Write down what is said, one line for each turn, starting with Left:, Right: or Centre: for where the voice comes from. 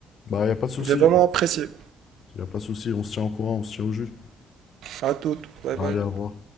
Left: Bah, il n'y a pas de souci.
Right: J'ai vraiment
Left: Il
Right: apprécié.
Left: n'y a pas de souci. On se tient au courant, on se tient au jus.
Right: À toutes. Bye bye.
Left: Allez, au revoir.